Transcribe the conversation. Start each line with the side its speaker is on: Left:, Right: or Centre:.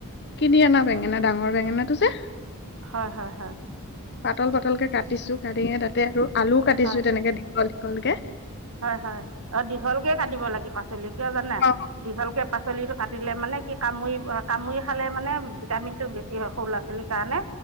Left: কিনি আনা বেঙেনা, ডাঙৰ বেঙেনাটো যে।
Right: হয়, হয়, হয়।
Left: পাতল-পাতলকে কাটিছো, কাটি কিনে তাতে আৰু আলুও কাটিছো
Right: হয়
Left: তেনেকে দীঘল-দীঘলকে।
Right: হয়, হয়, অ', দীঘলকেই কাটিব লাগে পাচলি, কিয় জানা?
Left: অ
Right: দীঘলকে পাচলিটো কাটিলে মানে কি কামুৰি ব কামুৰি খালে মানে ভিটামিনটো বেছি হয় সৰু ল'ৰা ছোৱালী কাৰণে